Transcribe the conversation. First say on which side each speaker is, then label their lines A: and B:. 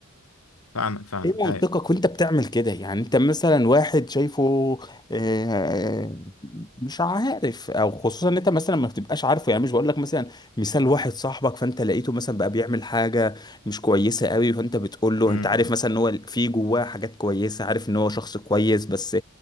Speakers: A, on the left; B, on the left.
A: فاهمك فاهمك
B: ايه منطقك
A: ايوه
B: وانت بتعمل كده يعني انت مثلا واحد شايفه آه، مش عارف او خصوصا ان انت مثلا ما بتبقاش عارفه يعني مش بقول لك مثلا مثال واحد صاحبك فانت لقيته مثلا بقى بيعمل حاجه مش كويسه قوي فانت بتقول له
A: امم
B: انت عارف مثلا ان هو في جواه حاجات كويسه عارف ان هو شخص كويس بس